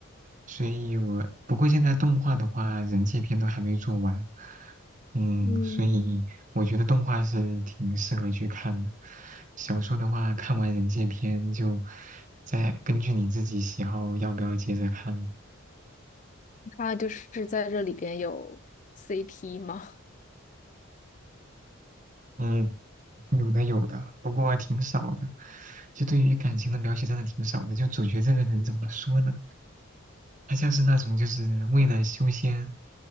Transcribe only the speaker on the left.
嗯，
他就是在这里边有 CP 吗？